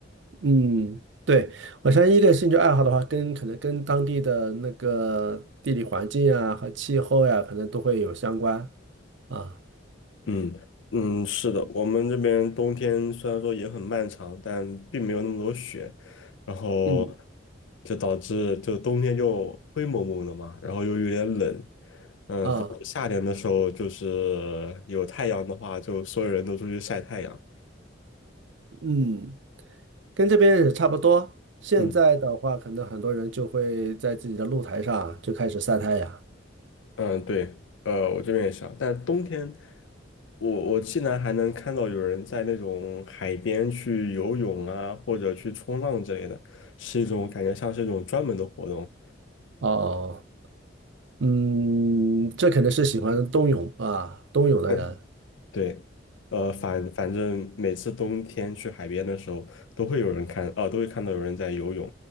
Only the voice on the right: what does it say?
嗯，对，我相信一个兴趣爱好的话，跟可能跟当地的那个地理环境啊和气候呀、可能都会有相关啊。
嗯
啊。
嗯，跟这边也差不多。现在的话，
可能很多人就会在自己的露台上就开始晒太阳。
哦，嗯，这可能是喜欢冬泳啊，冬泳的人。